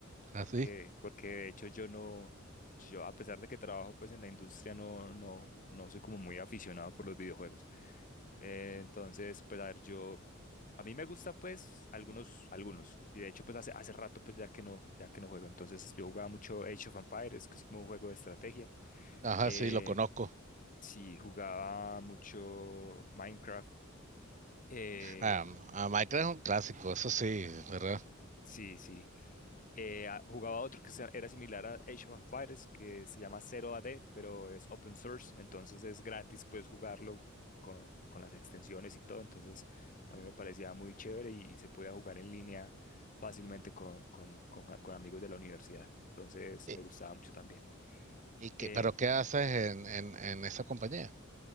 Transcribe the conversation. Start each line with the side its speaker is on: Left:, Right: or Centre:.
Right: Así.
Left: porque, porque de hecho yo no, yo a pesar de que trabajo pues en la industria no, no, no soy como muy aficionado por los videojuegos. Eh, entonces, pues a ver, yo, a mí me gusta pues algunos, algunos, y de hecho pues hace, hace rato pues ya que no, ya que no juego, entonces yo jugaba mucho Age of Empires, que es como un juego de estrategia,
Right: Ajá,
Left: eh,
Right: sí, lo conozco.
Left: sí, jugaba mucho Minecraft, eh,
Right: Ah, a Minecraft es un clásico, eso sí, ¿verdad?
Left: sí, sí. Eh, a- jugaba otro que se- era similar a Age of Empires, que se llama Zero AD, pero es open source, entonces es gratis, puedes jugarlo con, con las extensiones y todo. Entonces también me parecía muy chévere y, se podía jugar en línea fácilmente con, con, con, con amigos de la universidad. Entonces
Right: ¿Y,
Left: me gustaba mucho también.
Right: y qué-
Left: Eh,
Right: pero qué haces en, en, en esa compañía?